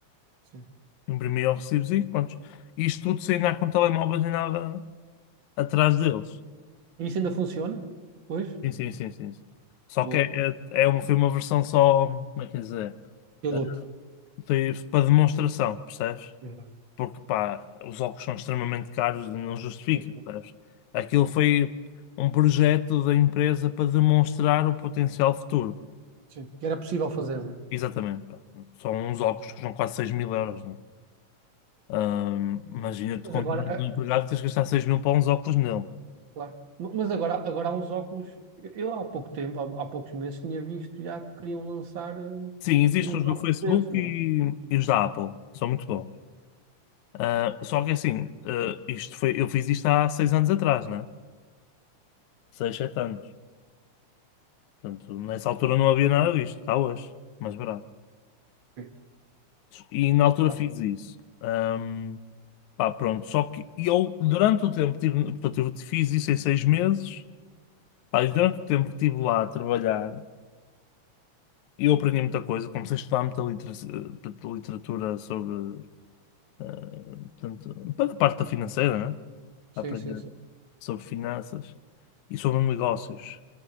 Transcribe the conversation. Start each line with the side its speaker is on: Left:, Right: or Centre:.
Right: sim.
Left: Imprimia o recibozinho, pronto. Isto tudo sem andar com telemóveis nem nada atrás deles.
Right: E isso ainda funciona? Pois?
Left: Sim, sim, sim, sim. sim. Só
Right: Boa.
Left: que é, é é uma, foi uma versão só, como é que é dizer?
Right: Piloto.
Left: Ah, Foi para demonstração, percebes?
Right: Exato.
Left: porque pá, os óculos são extremamente caros e não justifica,
Right: Pois, pô.
Left: sabes? Aquilo foi um projeto da empresa para demonstrar o potencial futuro.
Right: Sim. Que era possível fazer, não é?
Left: Exatamente, pá. São uns óculos que são quase seis mil euros, né? Ahm, imagina, tu
Right: Mas
Left: compras
Right: agora, é,
Left: um empregado e tens que gastar seis mil para uns óculos nele.
Right: claro. Mas agora, agora há uns óculos. Eu há pouco tempo, há, há poucos meses, tinha visto já que queriam lançar eh,
Left: Sim, existem
Right: uns
Left: os
Right: óculos
Left: do Facebook
Right: desses, não
Left: e, e os da Apple, são muito bons. Ah, só que assim, ah, isto foi, eu fiz isto há 6 anos atrás, né? 6 7 anos. Portanto, nessa altura não havia nada disto, cá hoje, mais barato.
Right: é? Sim.
Left: E na altura
Right: Ah,
Left: fiz isso. Ahm, pá, pronto. Só que eu, durante o tempo, que tive, portanto, eu fiz isso em seis meses. Pá, e durante o tempo que estive lá a trabalhar, eu aprendi muita coisa. Comecei a estudar muita litera- portanto, literatura sobre, ah, portanto, para a parte da financeira, né?
Right: sim,
Left: A aprender
Right: sim, sim.
Left: sobre finanças e sobre negócios.